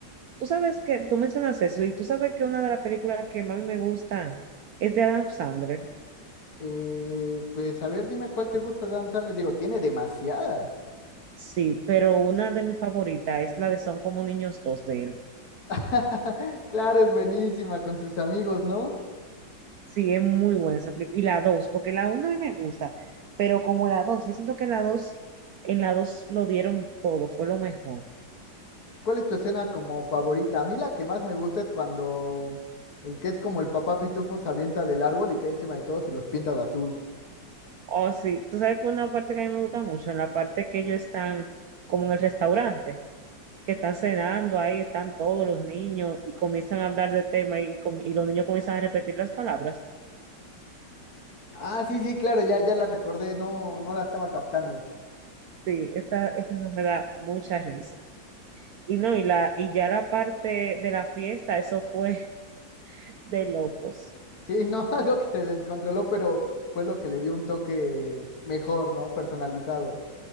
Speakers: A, on the right; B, on the left.
A: Tú sabes que, tú mencionas eso, y tú sabes que una de las películas que más me gustan es de Adam Sandler.
B: eh, pues, a ver, dime cuál te gusta de Adam Sandler. Digo, tiene demasiadas.
A: Sí, pero una de mis favoritas es la de Son como niños dos de él.
B: <laughs> Claro, es buenísima con sus amigos, ¿no?
A: Sí, es muy buena esa película. Y la dos, porque la uno a mí me gusta, pero como la dos, yo siento que la dos, en la dos lo dieron todo, fue lo mejor.
B: ¿Cuál es tu escena como favorita? A mí la que más me gusta es cuando el que es como el papá pitufo se avienta del árbol y cae encima de todos y los pinta de azul.
A: Oh, sí, tú sabes que una parte que a mí me gusta mucho, en la parte que ellos están como en el restaurante. que están cenando, ahí están todos los niños y comienzan a hablar de tema y, com- y los niños comienzan a repetir las palabras.
B: Ah, sí, sí, claro, ya, ya la recordé, no, no la estaba captando.
A: Sí, esa, esa no me da mucha risa. Y no, y la, y ya la parte de la fiesta, eso fue <laughs> de locos.
B: Sí, no, <laughs> algo que se descontroló, pero fue lo que le dio un toque mejor, ¿no? Personalizado.